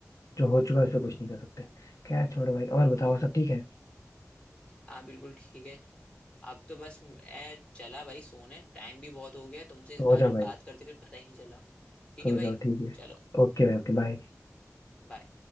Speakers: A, on the left; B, on the left.
A: जो हो चुका है उस पर कुछ नहीं कर सकते खैर छोड़ो भाई और
B: बिल्कुल
A: बताओ
B: बिल्कुल
A: सब ठीक है
B: हाँ बिल्कुल ठीक है अब तो बस मैं चला भाई सोने टाइम भी बहुत हो गया है तुमसे इस
A: सो
B: बारे
A: जाओ
B: में
A: भाई
B: बात करते करते पता ही नहीं चला ठीक
A: सो
B: है भाई
A: जाओ ठीक है
B: चलो
A: ओके भाई ओके बाय
B: बाय